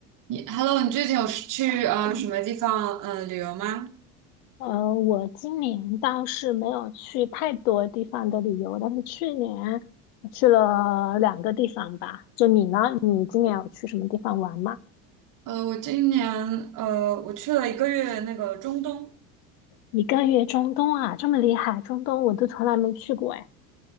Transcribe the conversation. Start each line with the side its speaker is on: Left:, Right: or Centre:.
Right: 你 Hello，你最近有去呃什么地方呃旅游吗？
Left: 呃，我今年倒是没有去太多地方的旅游，但是去年去了两个地方吧。就你呢？你今年有去什么地方玩吗？
Right: 呃，我今年呃我去了一个月那个中东，
Left: 一个月中东啊，这么厉害，中东我都从来没去过哎。